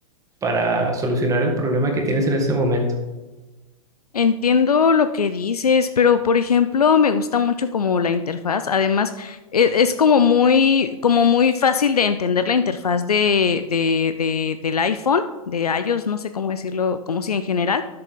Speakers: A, on the right; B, on the left.
A: para solucionar el problema que tienes en este momento.
B: Entiendo lo que dices, pero por ejemplo, me gusta mucho como la interfaz. Además, e- es, como muy, como muy fácil de entender la interfaz de, de, de, del iPhone, de iOS, no sé cómo decirlo, como si en general.